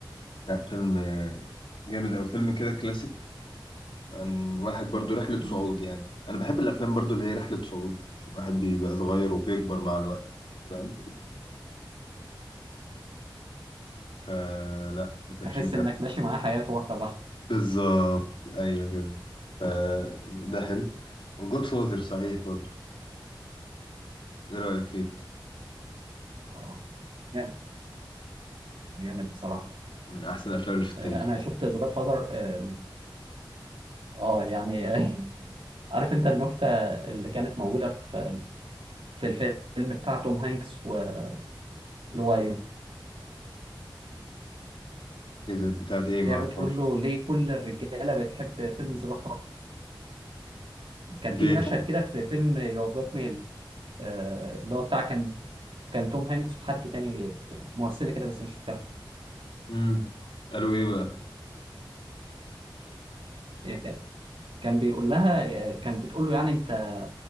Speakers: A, on the left (about 80°); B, on the right (about 90°).
A: لا فيلم آه، جامد أوي فيلم كده كلاسيك عن واحد برضو رحلة
B: مم.
A: صعود يعني أنا بحب الأفلام برضو اللي هي رحلة صعود واحد بيبقى صغير وبيكبر مع الوقت فاهم فلا الباتشينو
B: تحس
A: حلو.
B: انك ماشي معاه حياته واحده بواحده
A: بالظبط أيوة كده فده حلو وجود فوزر صحيح برضو إيه رأيك فيه؟
B: اه جامد جامد بصراحه
A: من أحسن الأفلام اللي في التاريخ
B: آه انا
A: يعني
B: شفت ذا جاد فازر اه آه، يعني آه <laughs> عارف انت النكته اللي كانت موجوده في في الفيلم بتاع توم هانكس واللي هو يو
A: إذا بتاعت إيه
B: اللي
A: معرفهاش
B: هي بتقول له ليه كل الرجاله بتحب فيلم ذا جاد فازر كان في
A: ليه؟
B: مشهد كده في فيلم يو جاد ميل آه، اللي هو بتاع كان كان توم هانكس وحد تاني آه، ممثله كده بس مش فاكرها
A: مم. قالوا إيه بقى؟
B: إيه كان كان بيقول لها آه، كان بتقول له يعني انت